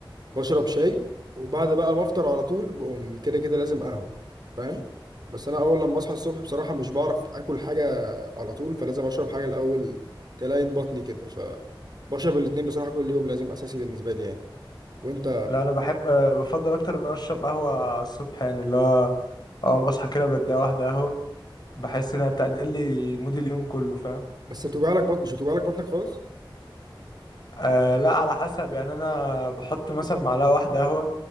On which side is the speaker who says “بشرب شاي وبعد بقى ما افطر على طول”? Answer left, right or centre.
Right